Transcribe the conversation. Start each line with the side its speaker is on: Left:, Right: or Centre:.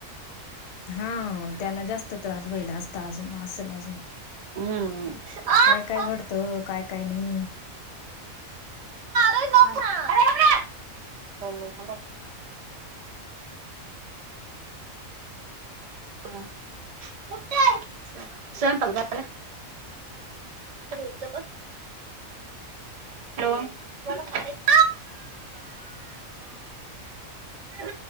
Left: हा त्याला जास्त त्रास वयला असता अजून असल अजून
Right: हम्म आ,
Left: काय काय
Right: आ,
Left: घड? त काय काय नाही?
Right: अरे नव्हता, अरे गप रे दोन मिनट बाई! कुठ य, स्वयंपाक झाला? बरं, इथं बस हॅलो मला मारायचं. आ!